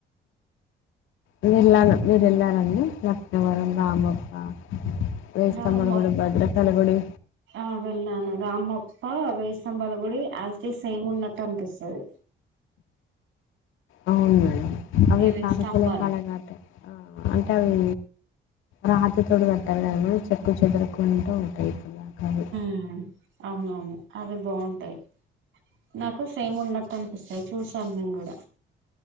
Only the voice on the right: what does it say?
రామప్
ఆ వెళ్లాను రామప్ ఆ వేయి స్తంభాలు గుడి యాజ్ ఇట్ ఈజ్ సేమ్ ఉన్నట్టు అనిపిస్తది
ఇవి
స్తంభాలు
మ్ అవునవును అవి బాగుంటాయి నాకు సేమ్ ఉన్నట్టు అనిపిస్తాయి చూసాం మేము కూడా